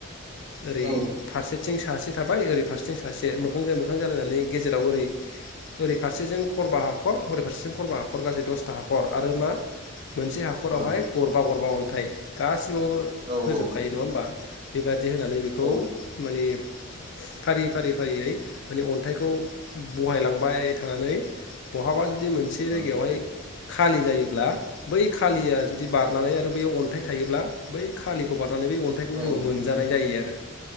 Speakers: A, on the left; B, on the right.
A: ओरै
B: औ
A: फारसे फारसेथिं सासे थाबाय ओरै फारसेथिं सासे मोखांजों मोखां जालायनानै गेजेराव ओरै ओरै फारसेजों खरबा हाखर ओरै फारसेजों खरबा हाखर गासै दसथा हाखर आरो मा मोनसे हाखरावहाय
B: उम
A: गरबा गरबा अन थाइ गा सिबावबो
B: औ
A: होजोबबाय
B: औ
A: नङा होमबा? बेबायदि बिदि होनानै बेखौ
B: औ
A: माने फारि-फारि-फारियै माने अन्थाइखौ बहायलांबाय थानानै बहाबा जुदि बिदि मोनसे
B: उम
A: जायगायावहाय खालि जायोब्ला बै खालिया जुदि बारनानै आरो बैयाव अन्थाइ थायोब्ला बै खालिखौ बार होननै बे अन्थाइखौ
B: औ
A: जोङो मोनजानाय जायो आरो।